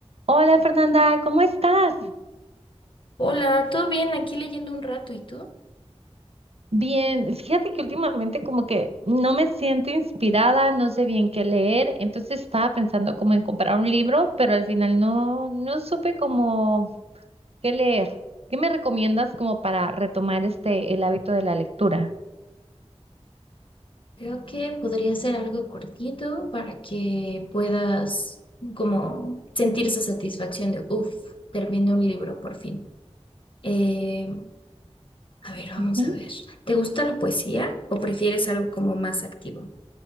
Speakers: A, on the right; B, on the left.
A: Hola Fernanda, ¿cómo estás?
B: Hola, ¿todo bien? Aquí leyendo un rato, ¿y tú?
A: Bien, fíjate que últimamente como que no me siento inspirada, no sé bien qué leer, entonces estaba pensando como en comprar un libro, pero al final no, no supe como qué leer. ¿Qué me recomiendas como para retomar este, el hábito de la lectura?
B: Creo que podría ser algo cortito para que puedas como sentir esa satisfacción de, uff, terminé un libro por fin. Eh, a ver, vamos
A: Ujú.
B: a ver. ¿Te gusta la poesía o prefieres algo como más activo?